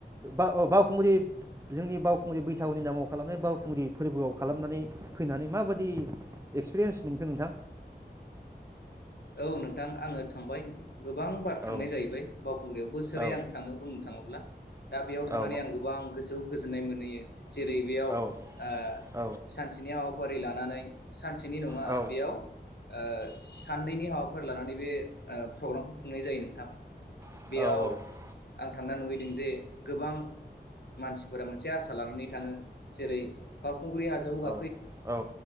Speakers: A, on the right; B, on the left.
A: बा बावखुंग्रि जोंनि बावखुंग्रि बैसागुनि नामाव खालामनाय बावखुंग्रि फोरबोआव खालामनानै फैनानै माबायदि एक्सपिरियेन्स मोनखो नोंथां?
B: औ नोंथां आङो थांबाय। गोबां बार थांनाय
A: औ
B: जाहैबाय बावखुंग्रियाव बोसोरे
A: औ
B: आं थाङो बुंनो थाङोब्ला दा बेयाव
A: औ
B: थांनानै आं गोबां गोसो गोजोननाय मोनहैयो। जेरै- बेयाव
A: औ
B: ओ
A: औ
B: सानसेनि हाबाफारि लानानै सानसेनि नङा
A: औ
B: बेयाव ओ साननैनि हाबाफारि लानानै बे ओ प्रग्रामखौ खुंनाय जायो नोंथां
A: औ
B: बेयाव आं थांना नुहैदों जे गोबां मानसिफोरा मोनसे आसा लानानै थाङो जेरै बावखुंग्रि हाजोखौ
A: औ
B: गाखो
A: औ